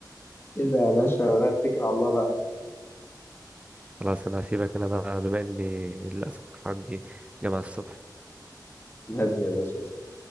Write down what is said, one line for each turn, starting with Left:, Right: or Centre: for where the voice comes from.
Left: ايه ده يا باشا لا اتكل على الله بقى انت
Right: خلاص أنا هسيبك أنا بقى بما إني للأسف عندي جامعة الصبح
Left: مهدي يا باشا